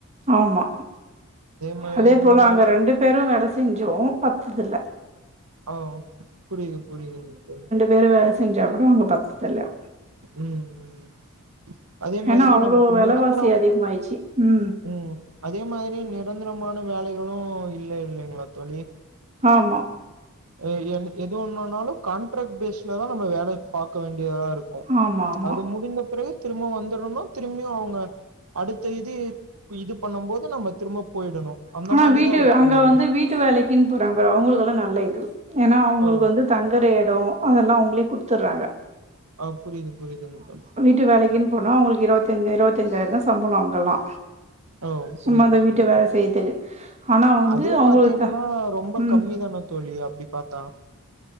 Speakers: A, on the right; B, on the right.
A: ஆமா
B: மாரி
A: அதே
B: இந்த
A: போல
B: மாரி
A: அங்க ரெண்டு பேரு வேல செஞ்சு பத்துதுல்ல
B: அ ஓ புரியிது புரியிதுங் தோழி
A: வேற வேல செஞ்சா கூட அங்க பத்துத்தில்லா
B: ம் ம் அதே மாதிரி
A: ஏன்னா அவ்ளோ
B: நமக்கு
A: வெலைவாசி
B: நிரந்தரோ
A: அதிகமாய்டுச்சு ம்
B: ம் அதே மாதிரி நிரந்தரமான வேலைகளு இல்ல இல்லைங்களா தோழி
A: ஆமா
B: எ என்னு எதோ ஒண்ணுன்னாலு கான்ட்ராக்ட் பேஸ்லதா நம்ம வேலைய பாக்க வேண்டியதா இருக் கு ம்
A: ஆமா ஆமா
B: அது முடிந்த பிறகு திரும்ப வந்துறனு திரும்பியு அவுங்க அடுத்த இது இது பண்ணுபோது நம்ம திரும்ப போயிடணு அந்த
A: ஆனா
B: மாரிதா
A: வீட்டு
B: இருக்கு
A: அங்க
B: இல்லைங்
A: வந்து வீட்டு வேலைக் <unintelligible> அவங்களுக்கெல்லா நல்ல இது ஏன்னா அவுங்களுக்கு
B: ஓ
A: வந்து தங்கர எடோ அதெல்லா அவுங்களே குடுத்தர்றாங்க
B: அ புரியது புரியதுங்க தோழி
A: வீட்டு வேலைக்குன்னு போனா அவுங்களுக்கு இருத்தஞ்ச இருபத்தஞ்சாயிர தா சம்பள அங்கெல்லா
B: ஓ புரியுது
A: சும்மா அந்த
B: புரியுது
A: வீட்டு வேல செய்யறதுக்கு ஆனா வந்து
B: அதே
A: அவங்களுக்கு
B: பாத்தீங்கன்னா
A: த
B: ரொம்ப
A: ம்
B: கம்மி தான தோழி அப்டி பாத்தா